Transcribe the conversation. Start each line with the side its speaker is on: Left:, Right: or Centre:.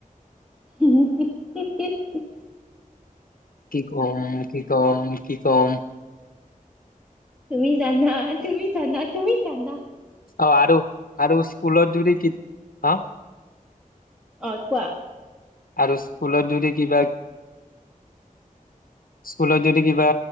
Centre: <unintelligible>
Left: কি কম কি কম কি কম
Centre: তুমি জানা তুমি জানা তুমি জানা
Left: অ আৰু আৰু স্কুলৰ যৰি কি অ
Centre: অ কোৱা
Left: আৰু স্কুলত যদি কিবা স্কুলত যদি কিবা